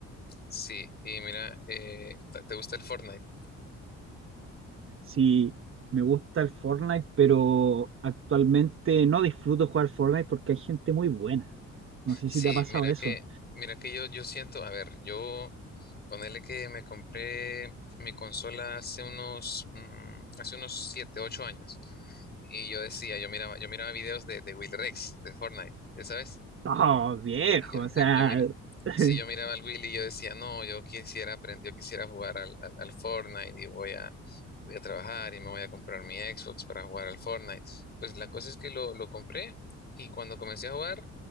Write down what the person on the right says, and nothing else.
Sí, me gusta el Fortnite, pero actualmente no disfruto jugar Fortnite porque hay gente muy buena. No sé
si te ha pasado
eso.
No, viejo,
o sea,
<laughs>